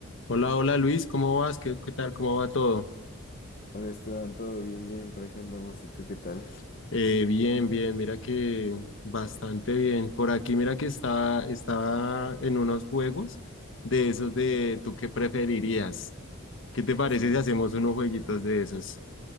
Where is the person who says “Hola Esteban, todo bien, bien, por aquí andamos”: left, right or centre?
Left